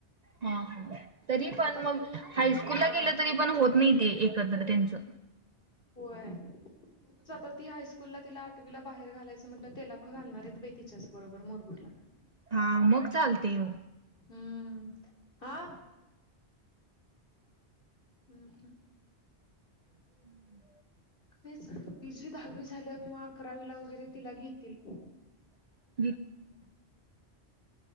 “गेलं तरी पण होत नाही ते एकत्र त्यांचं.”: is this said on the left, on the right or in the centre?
Right